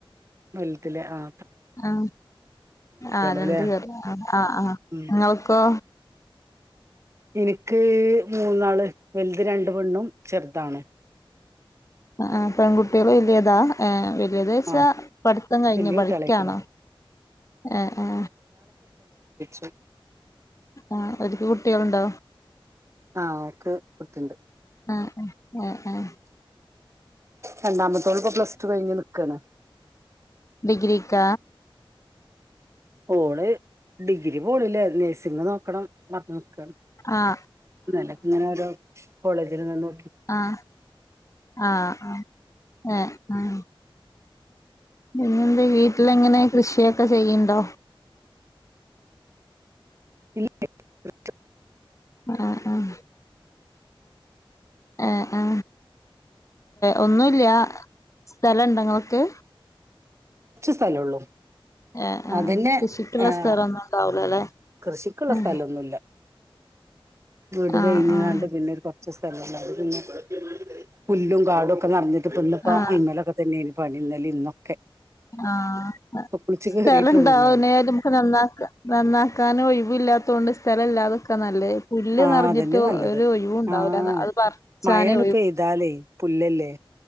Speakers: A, on the right; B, on the left.
A: വല്തില് ആഹ
B: ആ ആ രണ്ട
A: അല്ലേ
B: പേർക്കും ചേർ ആ് ആഹ്
A: ഉം
B: നിങ്ങൾക്കോ
A: എനിക്ക് മൂന്നാള് വലുത് രണ്ട പെണ്ണും ചെറുതാണും
B: ആ പെൺകുട്ടികൾ വലിയതാ്യ ആ വലി ഏകദേശാ
A: ആ
B: പഠിത്തം കഴിഞ്ഞു
A: വല്യ
B: പഠിക്കണോ
A: കുട്ടികളായിക്കണ്
B: ഏ ആ
A: ഉ
B: ആഹ എക്ക് കുട്ടികൾുണ്ടാവോ
A: ആ ഓക്ക് കുട്ടിണ്ട്
B: ആ ആ <inaudible> ആഹ
A: രണ്ടാമത്തോള ഇപ്പൊ പ്ലസ ടു കഴിഞ്ഞ് നിക്കണ്
B: ഡിഗ്രിക്ക
A: ഓള് ഡിഗ്രി പോണില്ലേ നേഴ്സിങ് നോക്കണം മക്ക്
B: ആഹ്
A: ഇന്നലെക്കങ്ങോ രോ- കോളേജിൽ നിന്ന്
B: ആഹ ആഹ ആഹ ആഹ ആഹ <unintelligible> വീട്ടില് എങ്ങനെ കൃഷിയൊക്കെ ചെയ്യണ്ടോ
A: <unintelligible> <inaudible>
B: അഹ് അഹ് ഏ ആ ഒന്നൂല്ല സ്ഥലണ്ടാ ഇങ്ങളിക്ക്
A: കുറച്ച് സ്ഥലള്ളൂ
B: ഏഹ് ആഹ്
A: അതന്നെ
B: കൃഷിക്കുള്ള
A: ഏർ
B: സ്ഥലൊന്നും ഉണ്ടാവൂലല്ലേ
A: കൃഷിക്കുള്ള
B: ആഹ്
A: സ്ഥലമൊന്നുമല്ല വീട്
B: ആഹ്
A: കഴിഞ്ഞതാണ്ട് പിന്നെ കൊ സ്ഥലല്ല പിന്നെ പുല്ലും കാടും ഒക്കെ നറഞ്ഞി പ്പന്നപ്പ
B: ആഹ്
A: <unintelligible> പണി ഇന്നലും ഇന്നൊക്കെ
B: ആഹ
A: ഇപ്പൊ കുളിച്ച്
B: സ്ഥലംണ്ടാവനൽ
A: കേറിയിട്ടുള്ളൂ ഞാന്
B: നമുക്ക് നന്നാക്ക നന്നാക്കാനൻ ഒഴിവില്ലാത്ത കൊണ്ട് സ്ഥലം ഇല്ലാതിക്കാ നല്ലത് പുല്ല്
A: ആഹ
B: നിറഞ്ഞിട്ട്
A: അതന്നെ നല്ലത്
B: ഒരു ഒഴിവും ഉണ്ടാവൂല
A: ആഹ
B: അത് പറിച്ചാനേ
A: മഴ എണുപ്പെയ്താലേ പുല്ലല്ലേ